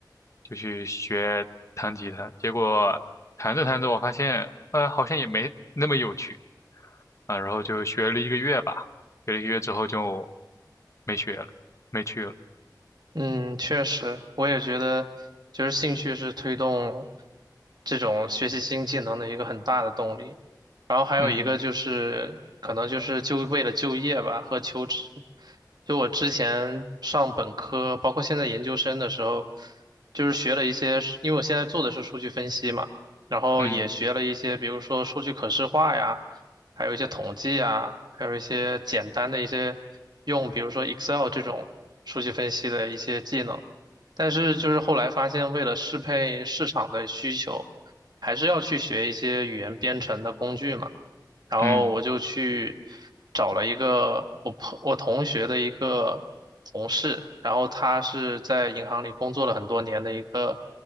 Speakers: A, on the left; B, on the right.
A: 就去学弹吉他。结果弹着弹着，我发现，呃，好像也没那么有趣啊。然后就学了一个月吧，学了一个月之后就没学了，没去了。
B: 嗯，确实，我也觉得，就是兴趣是推动这种学习新技能的一个很大的动力。然后还有一个就是可能就是就为了就业吧和求职，
A: 嗯
B: 就我之前上本科，包括现在研究生的时候，就是学了一些，因为我现在做的是数据分析嘛，然后也学了一些，
A: 嗯
B: 比如说数据可视化呀，还有一些统计啊，还有一些简单的一些用，比如说 Excel 这种数据分析的一些技能，但是就是后来发现，为了适配市场的需求。还是要去学一些语言编程的工具嘛。然后我就去
A: 嗯
B: 找了一个我朋我同学的一个同事，然后他是在银行里工作了很多年的一个，